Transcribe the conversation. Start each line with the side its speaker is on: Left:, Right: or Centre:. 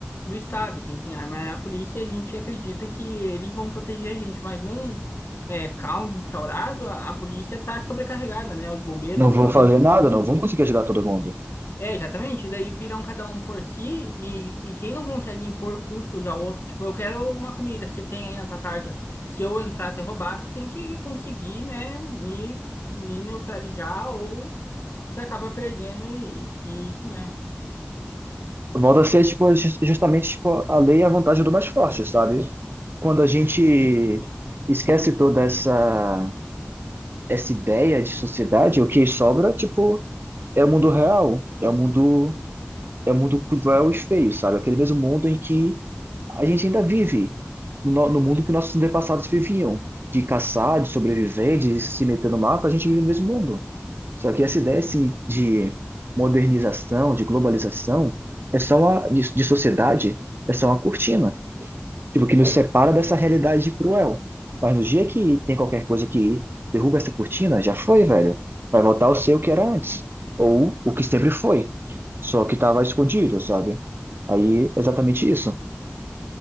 Left: do Estado. Quem tem arma é a polícia e a gente acredita que eles vão proteger a gente, mas não é, caos instaurado, a, a polícia tá sobrecarregada, né? Os bombeiros,
Right: Não
Left: o
Right: vão
Left: SAMU,
Right: fazer
Left: todo
Right: nada,
Left: mundo.
Right: não vão conseguir ajudar todo mundo.
Left: É, exatamente. E daí viram cada um por si e, e quem não consegue impor custos ao outro, tipo, eu quero uma comida que você tem aí na tua casa. Se eu entrar te roubar, você tem que conseguir, né, me, me neutralizar ou você acaba perdendo e, e isso, né?
Right: Volta a ser, tipo, ju- justamente, tipo, a lei é a vantagem do mais forte, sabe? Quando a gente esquece toda essa, essa ideia de sociedade, o que sobra, tipo, é o mundo real, é o mundo, é o mundo cruel e feio, sabe? Aquele mesmo mundo em que a gente ainda vive, no, no no mundo que nossos antepassados viviam, de caçar, de sobreviver, de se meter no mato, a gente vive no mesmo mundo. Só que essa ideia assim, de modernização, de globalização, é só uma, de, de sociedade, é só uma cortina, tipo, que nos separa dessa realidade cruel. Mas no dia que tem qualquer coisa que derruba essa cortina, já foi, velho. Vai voltar ao ser o que era antes, ou o que sempre foi, só que estava escondido, sabe? Aí, exatamente isso.